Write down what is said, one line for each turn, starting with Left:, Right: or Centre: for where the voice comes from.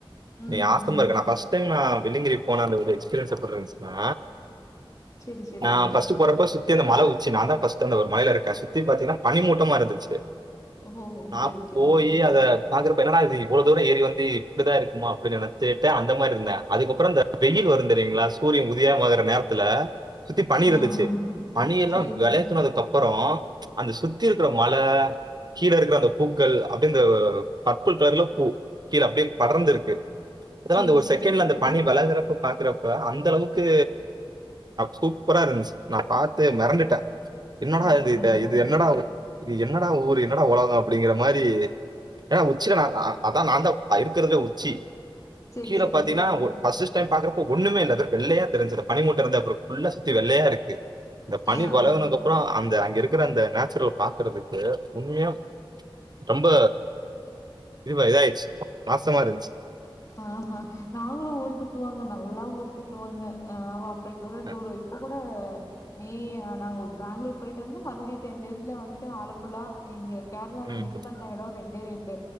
Left: ம்
Right: நீ ஆசமா
Left: ம்.
Right: இருக்க நா ஃபஸ்ட் டைம் நா வெள்ளியங்கிரி போன அந்த ஒரு எக்ஸ்பீரியன்ஸ் எப்டி இருந்துச்சுன்னா
Left: சரி சரிங்க.
Right: நா ஃபஸ்ட் போறப்ப சு மல உச்சி நான் தா ஃபஸ் ந்த ஒரு மலைல இருக்க சுத்தி பாத்தீங்கன்னா பனி மூட்டமா இருந்துச்சு
Left: ஓ! ஓகே,
Right: நான்
Left: ஓகே,
Right: போய்
Left: ஓகே, ஓகே.
Right: அத பாக்குறப்ப என்னடா அது இவ்வளவு தூரம் ஏறி வந்து இப்படிதான் இருக்குமமா அப்படின்னு நெனைச்சிட்டு அந்த மாரி இருந்தே அதுக்கப்புறம் இந்த வெயில் வரு தெரியுங்களா சூரியன் உதயமாகுற நேரத்துல சுத்தி பனி
Left: ஆ,
Right: இருந்துச்சு
Left: ஆ.
Right: பனியெல்லா
Left: சரி,
Right: வெளக்குனதுக்கு
Left: சரி.
Right: அப்போ அப்றோ அந்த சுத்தி இருக்கிற மல கீழ இருக்கிற அந்த பூக்கள் அப்படியே இந்த பர்ப்பிள் கலர்ல பூ கீழ அப்படியே படர்ந்துருக்கு இதுலா
Left: செரி
Right: அந்த ஒரு
Left: செரி செரி
Right: செகண்ட்ல
Left: செரி
Right: அந்த பணி வெளகுறப்ப பாக்கறப்ப அந்த அளவுக்கு சூப்பரா இருந்துச்சு நா பாத் த்து மெரண்டுட்டே என்னடா
Left: அப்டிங்களா
Right: இது இத இது என்னடா இ என்னடா ஊரு என்னடா உலகம் அப்படிங்கிற மாரி போயி ஏனா உச்சியில நா அதா நான் தா இருக்கிறதுல உச்சி
Left: செரி
Right: கீழ
Left: செரி
Right: பாத்தீங்கனா
Left: செரி செரி
Right: ஃபர்ஸ்ட்டு டைம் பாக்குறப்ப ஒண்ணுமே இல்ல இந்த வெள்ளையா தெரிஞ்சது பனி மூட்ட இருந்த எப்படி இருக்கு ஃபுல்லா சுத்தி வெள்ளையா இருக்கு இந்த பணி
Left: ஆ
Right: வெளகுனக்கப்புறம்
Left: ஆ
Right: அந்த அங்கிருக் அங்க இருக்கிற அந்த நேச்சுரல் பாக்குறதுக்கு உண்மையா ரொம்ப இதுவா இதாயிருச்சு. நாசமா இருந்துச்சு.
Left: ஆஹா நாங்களு ஊர் சுத்துவோங்க நல்லா ஊர் சுத்துவாங்க ஆ போய்க்கோல
Right: அ,
Left: டூரு <unintelligible> ல மே நாங்க பேங்களூர் போயிட்டு வந்து மறுபடியும் டென் டேஸ்ல வந்துட்டு ஆலப்புல்லா இங்க கேர்ளால
Right: ம்,
Left: மிஸ் பண்ண எடோ ரெண் ரெண்டே ரெண்டு